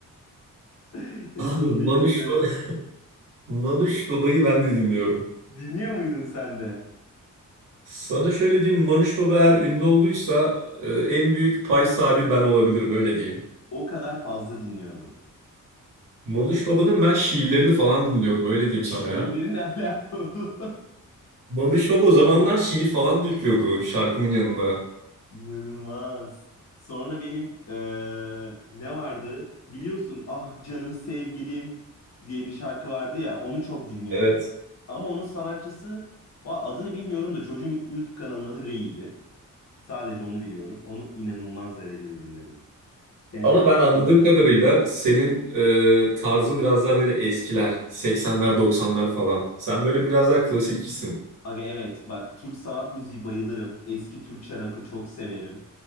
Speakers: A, on the left; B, on the right.
A: <laughs> Eteği
B: Abi Manuş,
A: belinde.
B: Ba- <laughs> Manuş Baba'yı ben de dinliyorum.
A: Dinliyor muydun sen de?
B: Sana şöyle diyeyim Manuş Baba eğer ünlü olduysa e, en büyük pay sahibi ben olabilirim öyle diyeyim.
A: O kadar fazla dinliyordun.
B: Manuş Baba'nın ben şiirlerini falan dinliyordum öyle diyeyim
A: Şiirlerin
B: sana ya.
A: <laughs> alakalı.
B: Mamış Baba o zamanlar şiir falan da yüklüyordu şarkının yanında.
A: İnanılmaz. Sonra benim eee, ne vardı? Biliyorsun Ah Canım Sevgilim diye bir şarkı vardı ya onu çok dinliyordum.
B: Evet.
A: Ama onun sanatçısı va- adını bilmiyorum da çocuğun YouTube kanalının adı Rei'ydi. Sadece onu biliyorum. Onu inanılmaz derecede dinledim. Senin
B: Ama
A: var mı
B: ben
A: takıntılı
B: anladığım
A: olduğun?
B: kadarıyla senin e, tarzın biraz daha böyle eskiler. 80'ler 90'lar falan. Sen böyle biraz daha klasikçisin.
A: Aga evet bak Türk sanat müziği bayılırım. Eski Türkçe rock'ı çok severim.